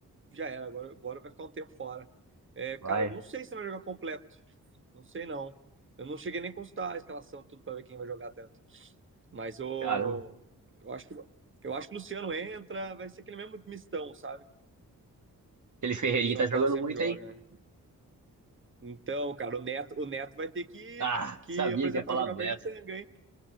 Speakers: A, on the right; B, on the right.
A: já era, agora, agora vai ficar um tempo fora. É,
B: vai.
A: cara, eu não sei se vai jogar completo. Não sei não. Eu não cheguei nem a consultar a escalação, tudo pra ver quem vai jogar até Mas eu,
B: Caramba.
A: eu acho que eu acho que o Luciano entra, vai ser aquele mesmo mistão, sabe? Que
B: Aquele Ferreirinho
A: o São
B: tá jogando
A: Paulo sempre
B: muito,
A: joga,
B: hein?
A: né? Então, cara, o Neto, o Neto vai ter que
B: Ah,
A: que
B: sabia
A: apresentar
B: que ia falar
A: o jogo
B: do
A: aberto
B: Neto.
A: de tanga, hein?